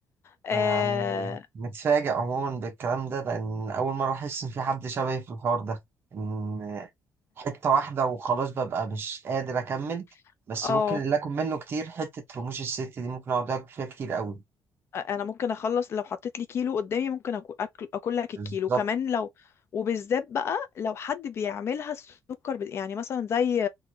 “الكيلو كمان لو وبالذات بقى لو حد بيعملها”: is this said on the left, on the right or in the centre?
Left